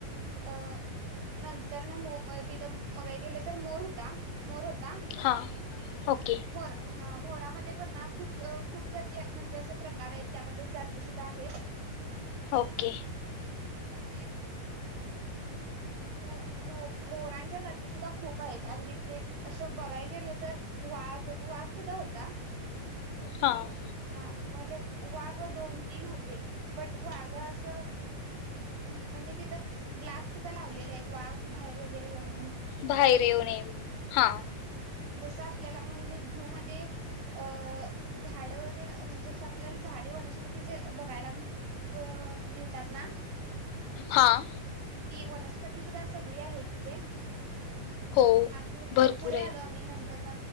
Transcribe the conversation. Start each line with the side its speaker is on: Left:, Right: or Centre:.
Right: अ नंतर ना मो तिथं बघायला गेलं तर मोर होता, मोर हो
Left: हां
Right: <unintelligible>
Left: ओके
Right: मोर अ मोरामध्ये पन्ना खूप खूप जाती म्हणजे, असं प्रकार आहेत त्यामध्ये जाती सुुद्धा आहेत
Left: ओके!
Right: तेय मो-मो मोरांच्या जाती सुद्धा खूप आहेत अन् तिथे असं बघाय गेलं तर वाघ-वाघ सुद्धा होता
Left: हां
Right: हा मग ते वाघ दोन-तीन होते बट वाघा असं उम, म्हणजे तिथं ग्लास सुद्धा लावलेलेयत वाघ बाहेर वगैरे येऊन
Left: बाहेर येऊन येऊन हाम
Right: तिथं आपल्याला म्हणजे झू मध्ये अ-अ झाडत ते म्हणजे असं आपल्याला झाडे, वनस्पती जे बघायला अ मिळतात ना
Left: हां
Right: ती वनस वनस्पती सुद्धा सगळी आहेत तिथे.
Left: हो
Right: आणि
Left: भरपूर
Right: पुढे
Left: आहेत
Right: आलो आम्ही नंतर न....